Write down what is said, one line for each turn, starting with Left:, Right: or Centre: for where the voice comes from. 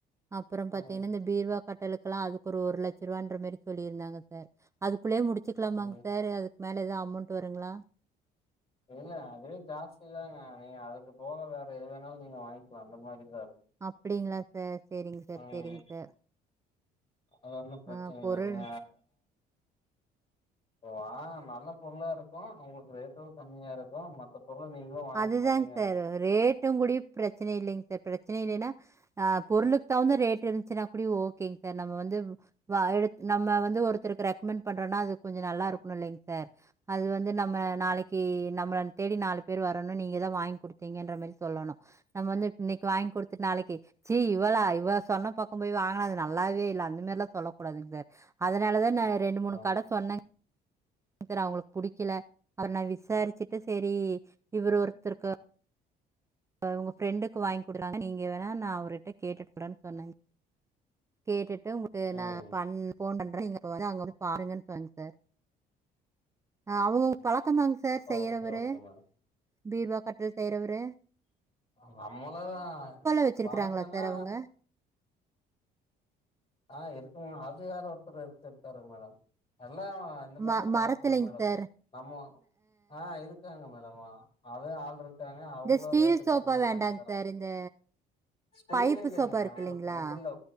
Right: அப்றோ பாத்தீங்கன்னா
Left: ம்
Right: இந்த பீரோ கட்டலுக்குல்லா அதுக்கு ஒரு ஒரு லட்ச ரூவான்ற மாரி சொல்லிருந்தாங்க சார் அதுக்குள்ளயே முடிச்சுக்லாமாங்
Left: ம்
Right: சார் அது மேல எது அமௌண்ட் வருங்ளா
Left: ஏங்க அதுவே ஜாஸ்தி தாங்க நீங்க அதுக்கு போக வேற எது வேணாலு நீங்க வாய்ன்க்லா அந்த மாரி
Right: அப்டிங்ளா சார் சேரிங் சார்
Left: ம்
Right: சேரிங் சார்
Left: அது ஒன்னு பிரச்சன
Right: ஆ பொருள்
Left: இல்லைங்க வாங்க நல்ல பொருளாருக்கு உங்களுக்கு ரேட்டு கம்மியாருக்கு மத்த பொருள நீங்களு வாங்கிக்கலா
Right: அது தாங்
Left: நீங்க
Right: சார் ரேட்டு கூடி பிரச் ச்சனை இல்லைங் சார் பிரச்சனை இல்லைன்னா ஆ பொருளுக் தகுந்த ரேட் இருந்துச்சுன்னா கூடி ஓகேங் சார் நம்ம வந்து வாய் எடுத் நம்ம வந்து ஒருத்தருக்கு ரெக்மெண்ட் பண்றோனா அது கொஞ்சோ நல்லாருக்ணு இல்லைங்சார் அது வந்து நம்ம நாளைக்கி நம்மள தேடி நாலு பேர் வரணு நீங்கதா வாய்ன் குடுத்தீங்கன்ற மாரி சொல்லணு நம்ம வந்து இன்னக்கு வாய்ன் குடுத்துட் நாளைக்கி சீ இவ வளா இவ சொன்ன பக்கோ போய் வாங்குனா அது நல்லாவே இல்ல அந்த மாரிலா சொல்ல கூடாதுங் சார் அதனால தா நா ரெண்டு மூணு
Left: ஆமா
Right: கட சொன்னேங் <unintelligible> அவுங்களுக்கு புடிக்கல அத நா விசார்ச்சுட்டு சேரி இவுரு ஒருத்தருக்கு இவுங்க ஃப்ரெண்டுக்கு வாய்ன் குட்றாங்க நீங்க வேணா நா அவுருட்ட கேட்டுட்டு சொல்றேன் சொன்னங் கேட்டுட்டு உங்களுக்கு
Left: ம்
Right: நா பண் ஃபோன் பண்றேங்க ப்ப வந்து அங்க வந்து பாருங்கன் சொன்னாங்க சார் அவுங்கவுங்க பழக் த்தமாங் சார் செய்றவரு
Left: ஓகே ஓகே மேடம்
Right: பீரோ கட்டில் செய்றவரு
Left: நம்மள தா
Right: வச்சிருக்கறாங்களா
Left: பழக்கனா
Right: சார் அவங்க
Left: ஆ இருக்குமா அது யாரோ ஒருத்தர் ஒருத்தர் இருக்காரு மேடம் அ எல்லா இந்த மாதிரி
Right: ம
Left: தா
Right: மரத்துலைங்க
Left: பழக்குவாங்க மேடம்
Right: சார்
Left: நம்ம ஆ இருக்காங்க மேடமா அதே ஆள் இருக்காங்க அவுங்களு
Right: இந்த ஸ்டீல்
Left: ரேட்டு
Right: சோஃபா
Left: கம்மியா
Right: வேண்டாங்க
Left: பண்ணி தராங்
Right: சார் இந்த
Left: ஸ்பேர்
Right: பைப்பு
Left: இல்லைங்க
Right: சோஃபா இருக்கு
Left: ஒங்களுக்கு
Right: இல்லைங்களா
Left: உட்டுல